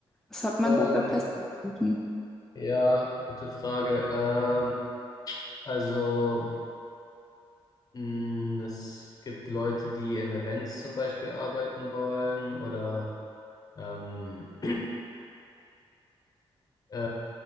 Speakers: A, in the centre; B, on the left.
A: Was hat man
B: Ähm,
A: da für Perspektiven?
B: ja, gute Frage. Ähm, also mh, es gibt Leute, die in Events zum Beispiel arbeiten wollen oder Ähm, <clears throat> äh,